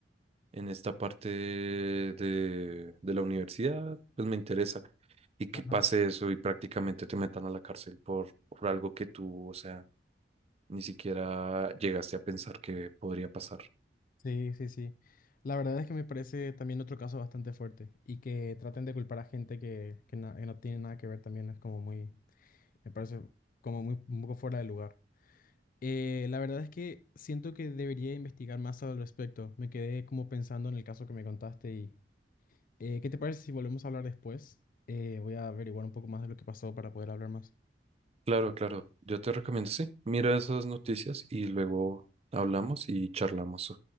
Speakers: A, on the right (about 35°); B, on the left (about 50°).
A: en esta parte de, de la universidad, pues me interesa. Y que
B: Ajá.
A: pase eso y prácticamente te metan a la cárcel por, por algo que tú, o sea, ni siquiera llegaste a pensar que podría pasar.
B: Sí, sí, sí. La verdad es que me parece también otro caso bastante fuerte y que traten de culpar a gente que, que na- que no tiene nada que ver también es como muy, me parece como muy un poco fuera de lugar. Eh, la verdad es que siento que debería investigar más al respecto. Me quedé como pensando en el caso que me contaste y eh, ¿qué te parece si volvemos a hablar después? Eh, voy a averiguar un poco más de lo que pasó para poder hablar más.
A: Claro, claro. Yo te recomiendo, sí. Mira esas noticias y luego hablamos y charlamos.